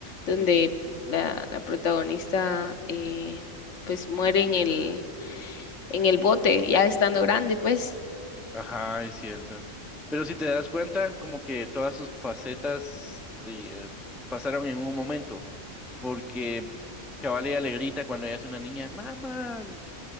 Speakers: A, in the centre; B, on the left.
A: Sí,
B: donde la, la protagonista eh, pues muere en el, en el bote, ya estando grande, pues.
A: ajá, es cierto. Pero si te das cuenta, como que todas sus facetas eh, pasaron en un momento, porque Cabal ella le grita cuando ella es una niña, mamá, Y